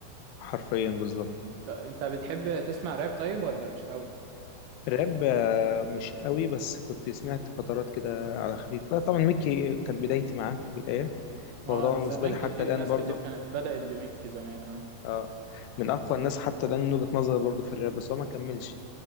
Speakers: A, on the left; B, on the right.
A: حرفيا بالظبط
B: طب أنت بتحب تسمع راب طيب ولا مش قوي؟
A: راب آه، مش قوي بس كنت سمعت فترات كده على خفيف لا طبعا ميكي كان بدايتي معاه في البداية وهو
B: اه
A: طبعا بالنسبة
B: زمان
A: لي
B: كتير
A: حتى الآن
B: ناس
A: برضه
B: كتير كانت بدأت بميكي زمان اه
A: اه من اقوى الناس حتى الان من وجهة نظري برضه في الراب بس هو ما كملش